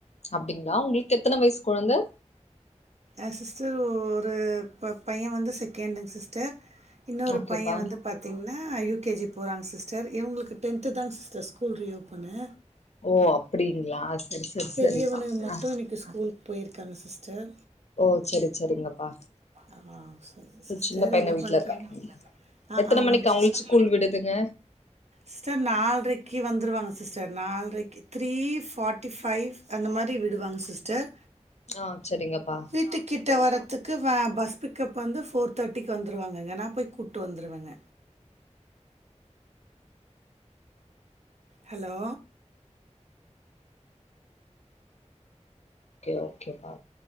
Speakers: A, on the left (about 65°); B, on the right (about 65°).
A: அப்டிங்களா உங்ளுக்கு எத்தன வயசு கொழந்த
B: ஆ சிஸ்டர் ஒ ஒரு ப பைய வந்து செகண்டுங் சிஸ்டர் இன்னொரு
A: ஓகேப்பா
B: பைய வந்து பாத்தீங்னா யூ கே ஜி போறாங்க சிஸ்டர் இவ்ங்களுக்கு டென்த்து தாங் சிஸ்டர் ஸ்கூல் ரியோப்பனு
A: ஓ அப்டிங்களா சரி சரி
B: பெரியவன
A: சரிப்பா
B: மட்டு
A: ஆ
B: இன்னைக்கு கு ஸ்கூல்க்கு போயிருக்காங்க சிஸ்டர்
A: ஓ சேரி சேரிங்கப்பா
B: ஆ சரி சிஸ்டர்
A: ம் சின்ன பையனு
B: என்ன
A: வீட்ல
B: பண்றீங்க
A: இருக்கா
B: ஆ
A: எத்தன
B: ஆமாங்க
A: மணிக்கு அவ்ங்களுக்கு
B: சிஸ்டர்
A: ஸ்கூல் விடுதுங்க
B: சிஸ்டர் நால்ரைக்கு வந்துருவாங்க சிஸ்டர் நால்ரைக்கு த்ரீ ஃபார்ட்டி ஃபைவ் அந்த மாரி விடுவாங்க சிஸ்டர்
A: ஆ செரிங்கப்பா
B: வீட்டுக்கிட்டே வரத்துக்கு வ பஸ் பிக்கப் வந்து ஃபோர் தேர்ட்டிக்கு வந்துருவாங்கங்க நா போய் கூ கூட்டு வந்துருவங்க ஹலோ
A: ஓகே ஓகே பா